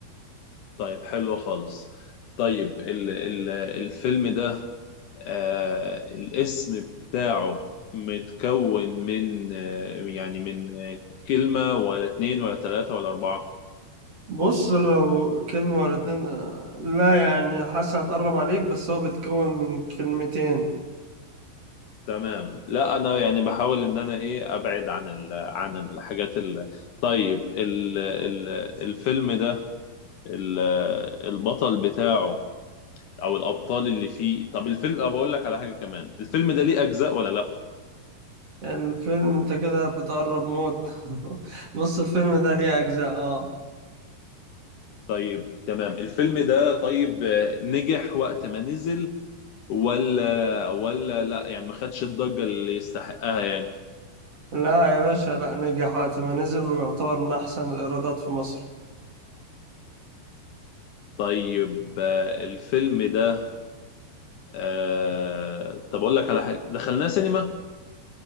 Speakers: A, on the left; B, on the right.
A: طيب حلو خالص طيب ال ال الفيلم ده آه الاسم بتاعه متكون من آه يعني من آه كلمة ولا اتنين ولا تلاتة ولا أربعة
B: بص لو كلمه ولا اتنين آه، لا يعني حاسس هتقرب عليك بس هو بيتكون من كلمتين
A: تمام لا أنا يعني بحاول إن أنا إيه أبعد عن ال عن الحاجات ال طيب ال ال الفيلم ده ال البطل بتاعه أو الأبطال اللي فيه طب الفيلم أه بقول لك على حاجة كمان الفيلم ده ليه أجزاء ولا لأ؟
B: الفيلم انت كده بتقرب موت <laughs> بص الفيلم ده ليه اجزاء اه
A: طيب تمام الفيلم ده طيب آه، نجح وقت ما نزل ولا ولا لا يعني ما خدش الضجة اللي يستحقها يعني
B: لا يا باشا لا نجح وقت ما نزل ويعتبر من احسن الايرادات في مصر
A: طيب آه، الفيلم ده آه طب اقول لك على حاجة دخلناه سينما